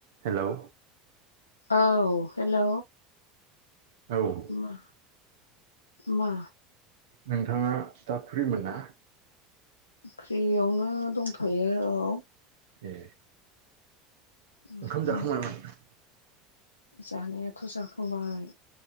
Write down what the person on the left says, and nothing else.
औ हेल'
मा- मा
फ्रियावनो दंथ'यो औ।
ओमफ्राय
जानायाथ' जाखांबाय।